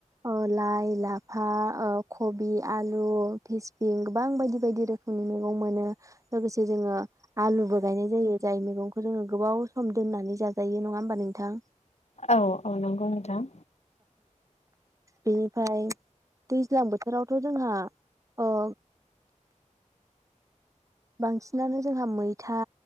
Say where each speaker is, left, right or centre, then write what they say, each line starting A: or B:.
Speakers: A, on the right (about 25°); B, on the left (about 55°).
A: ओ लाइ लाफ बा ओ कबि आलु फिसबिं गोबां बायदि बायदि रोखोमनि मैगं मोनो लोगोसे जोङो आलुबो गायनाय जायो। जाय मैगंखौ जोङो गोबाव सम दोननानै जा जायो नङा होमबा नोंथां।
B: औ औ नंगौ नोंथां
A: बेनिफ्राय दैज्लां बोथोरावथ' जोंहा अ बांसिनानो जोंहा मै था